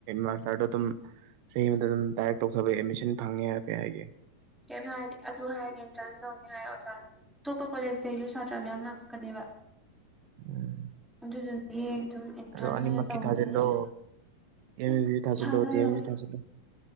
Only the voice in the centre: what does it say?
ꯀꯩꯝ ꯍꯥꯏꯗꯦ ꯑꯗꯨ ꯍꯥꯏꯗꯤꯦ ꯑꯦꯟꯇ꯭ꯔꯥꯟꯁ ꯇꯧꯅꯤ ꯍꯥꯏ ꯑꯣꯖꯥꯅ ꯑꯇꯣꯞꯄꯥ ꯀꯣꯂꯦꯖꯇꯩꯁꯨ ꯁꯥꯇ꯭ꯔ ꯃꯌꯥꯝ ꯂꯥꯛꯀꯅꯦꯕ
ꯑꯗꯨꯗꯨꯗꯤ ꯑꯗꯨꯝ ꯑꯦꯟꯇ꯭ꯔꯥꯟꯁ
ꯑꯣꯏꯅ ꯇꯧꯅꯤ
ꯅꯣꯏ
ꯑꯩ
ꯊꯥꯖꯈꯒꯦ